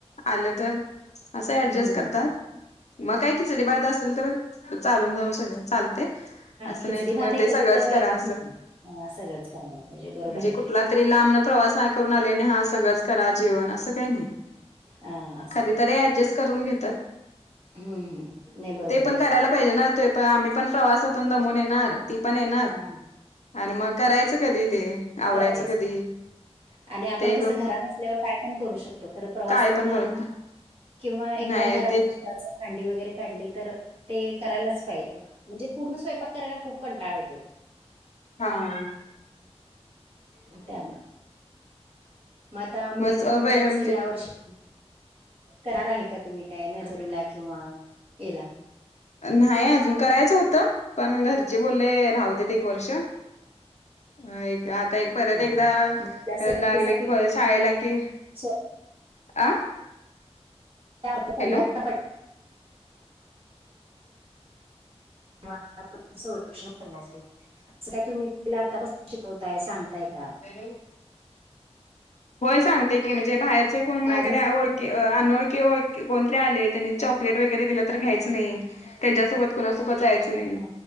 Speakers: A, on the left (about 80°); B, on the right (about 55°).
A: आलं तर असं ऍडजस्ट
B: हम्म
A: करतात मग काय किचडी भात असेल तर चालून जाऊ सगळं चालत. ते असं
B: खिचडी
A: नाही कि
B: भात
A: मग
B: हे
A: ते
B: कधी
A: सगळंच
B: तर
A: करा.
B: ठीक हा सगळंच करायला पाहिजे बरोबर
A: म्हणजे
B: आहे
A: कुठला
B: की.
A: तरी लांबन प्रवास करून आलेने हा सगळंच करा जेवण असं काही नाही.
B: हा असं
A: कधीतरी ऍडजस्ट करून घेतात.
B: हम हम नाही बरोबर
A: ते
B: आहे
A: पण करायला
B: की.?
A: पाहिजे ना ते पण आम्ही पण प्रवासातून दमून येणार ती पण येणार
B: हा
A: आणि मग करायचं कधी ते? आवरायचं
B: करायचं.
A: कधी?
B: पण. आणि आपण
A: ते
B: कसं
A: ग
B: घरात असल्यावर काय पण करू शकतो खरं प्रवास
A: काय
B: करून
A: पण
B: आलो
A: कर
B: किंवा एखाद्या
A: नाही
B: घरात
A: ते
B: एक्स्ट्रा च भांडी वगैरे काढली तर ते करायलाच पाहिजे म्हणजे पूर्ण स्वयपाक करायला खूप कंटाळा येतोय.
A: हां....
B: त्यामूळ. म ग आता मुली
A: मग
B: च तुमच्या
A: वे
B: कसं
A: म्हणजे
B: ह्या वर्षी करणार आहे का तुम्ही काय नर्सरीला किंवा याला?
A: नाही अजून करायचं होतं पण घरचे बोलले राहू देत एक वर्ष. ह एक आता एक परत
B: हा हा
A: एकदा
B: मग तिला सेफ्टी
A: लागले
B: साठी
A: की शाळेला कि
B: स्वतः
A: आ?
B: <unintelligible>
A: हॅलो
B: हं माणसांचं सोल्युशन करण्यांसाठी. तसं कायं तुंम्ही तिलां आंतापसून शिकवतांय सांगतांय आहे कां?
A: नांई होयं सांगते की म्हणजे बाहेरचे कोणं
B: का
A: वगैरें
B: अजून
A: ओळख अनोळ किं कोणंतरी आले त्यांनी चॉकलेट वगैरें दिलं तरं घ्यायचं नाहीं त्यांच्यासोबत कुणांसोबत जायचं नाहीं
B: हा